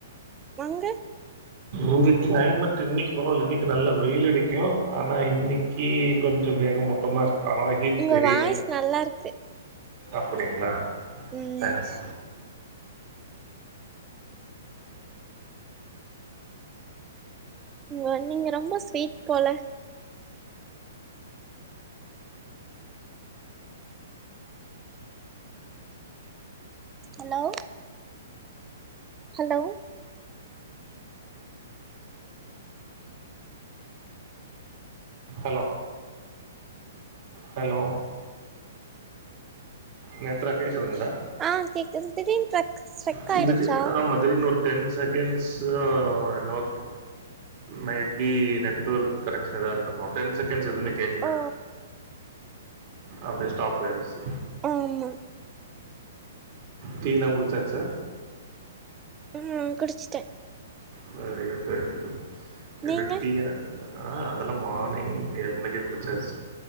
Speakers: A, on the right; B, on the right.
A: வங்கே
B: இங்க கிளைமெட்டு இன்னிக்கு பரவால இன்னிக்கு நல்ல வெயிலடிக்கு ஆனா இன்னிக் கீ கொஞ்சம் மேகமூட்டமா இருக்கு <unintelligible> கித்
A: உங்க
B: தெரில
A: வாய்ஸ் நல்லா இருக்கு
B: அப்டிங்ளா
A: ம்
B: தேங்க்ஸ்
A: உங்க நீங்க ரொம்ப ஸ்வீட் போல hello hello
B: hello hello Nethra கேக்குதுங்ளா
A: ஆ கேக்குது திடீர்னு ட்ரக் ஸ்ட்ரக்
B: திடீர்
A: ஆயிடுச்சா
B: ஆமா திடீர்னு ஒரு டென் செகண்ட்ஸ் ஒ நோக் மே பி நெட்வொர்க் கெடக்ச்சதா இருந்துருக்கலா டென் செகண்ட்ஸ் எதுமே கேக்கல
A: ஓ
B: அப்டியே ஸ்டாப் ஆயிருச்சு
A: ஆமா
B: டீ ல்லா குடிச்சாச்சா
A: ம் குடுச்சுட்ட
B: செரிங்க செரிங்க எப்டி
A: நீங்க
B: டீயா ஆ அதெல்லா மார்னிங் ஏழு மணிக்கே குடுச்சாச்சு